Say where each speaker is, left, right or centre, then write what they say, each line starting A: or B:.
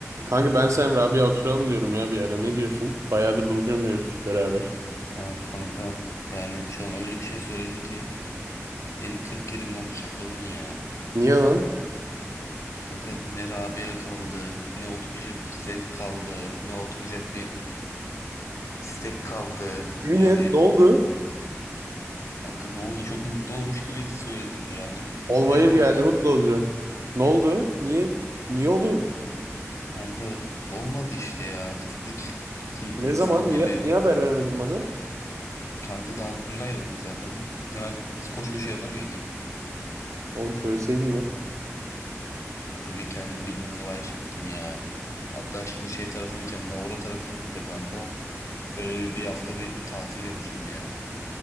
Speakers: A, on the right (about 75°); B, on the left (about 70°).
A: Kanka ben sen Rabia oturalım diyorum ya bir ara. Ne diyorsun? Bayağıdır buluşamıyoruz beraber.
B: Aa, kanka yani şu an öyle bir şey söyledin ki beni 40 yerimden bıçakladın ya.
A: Niye lan?
B: Kanka ne Rabia kaldı, ne oturacak zevk kaldı, ne oturacak bir istek kaldı.
A: Yemin
B: Yani
A: et ne oldu?
B: kanka ne oldu çok mutlu olmuş gibi söyledin ya. Ne,
A: Olmayır
B: ne ne oldu?
A: yani mutlu olacağım. Ne oldu? Niye? Niye oğlum?
B: Kanka olmadı işte ya. Bitirdik iki
A: Ne
B: insan
A: zaman?
B: gibi.
A: Niye, niye haber vermedin bana?
B: Kanka daha dün ayrıldık zaten. Hemen koşu koşu yanına mı geleyim?
A: Oğlum söyleseydin lan.
B: Kanka bir kendim bir inzivaya çektim ya. Hatta şimdi şey tarafına gideceğim. Navura tarafına gideceğim kanka. Böyle bir, bir hafta bir tatil yapacağım ya.